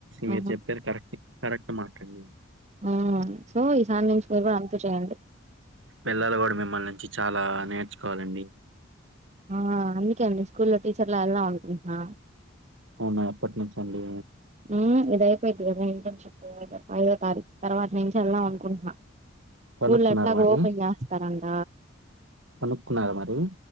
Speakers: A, on the right; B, on the right.
A: మీరు
B: ఆహా,
A: చెప్పారు కరెక్ట్ కరెక్ట్ మాట కన్ని
B: ఆ సో ఈ సారి నుంచి మీరు కూడా అంతే చేయండి
A: పిల్లలు కూడా మిమ్మల్ నుంచి చాలా నేర్చుకోవాలండి
B: ఆ అందుకే అండి స్కూల్లో టీచర్ లా ఎలదాం అనుకుంటున్నా
A: అవునా ఎప్పటి నుంచండి
B: హ్మ్ ఇదయిపోయిద్ది కదా ఇంటర్న్షిప్ ఐదో తారీఖు తర్వాత నుంచి యేళ్దాం అనుకుంటున్నా స్కూల్లో
A: కనుక్కున్నారా
B: ఎట్లాగ
A: మరి?
B: ఓపెన్ చేస్తారంట
A: కనుక్కున్నారా మరి?